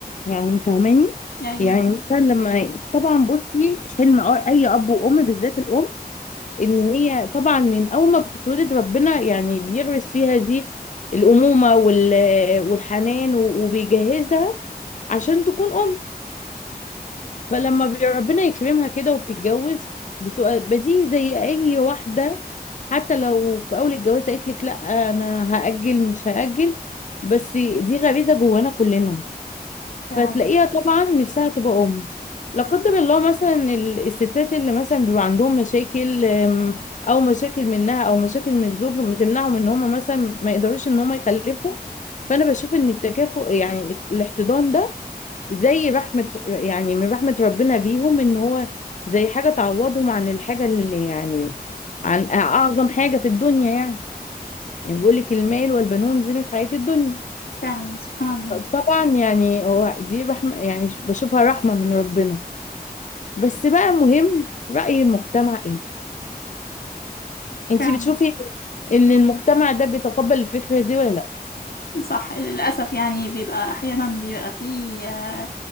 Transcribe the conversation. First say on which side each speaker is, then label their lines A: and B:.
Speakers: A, on the left; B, on the left.
A: يعني فاهماني
B: ايوه
A: يعني مثلا لما طبعا بصي حلم أ- أي أب وأم بالذات الأم إن هي طبعا من أول ما بتتولد ربنا يعني بيغرس فيها دي الأمومة وال... والحنان و- وبيجهزها عشان تكون أم فلما بي- ربنا يكرمها كده وبتتجوز بتبقى بديهي زي اي واحده حتى لو في اول الجواز قالت لك لا انا هاجل مش هاجل بس دي غريزه جوانا كلنا
B: فعلا
A: فتلاقيها طبعا نفسها تبقى ام لا قدر الله مثلا ال- الستات اللي مثلا بيبقى عندهم مشاكل أم، او مشاكل منها او مشاكل من الزوج بتمنعهم ان هم مثلا ما يقدروش ان هم يخلفوا فانا بشوف ان التكافؤ يعني الاحتضان ده زي رحمة يعني من رحمة ربنا بيهم ان هو زي حاجة تعوضهم عن الحاجة اللي يعني عن اعظم حاجة في الدنيا يعني يعني بيقول لك المال والبنون زينة حياة الدنيا
B: فعلا سبحان الله
A: طبعا يعني هو دي رحمة يعني ش- بشوفها رحمة من ربنا بس بقى مهم رأي المجتمع ايه انتي
B: فعلا
A: بتشوفي ان المجتمع ده بيتقبل الفكرة دي ولا لا
B: صح للأسف يعني بيبقى أحيانا بيبقى فيه آه،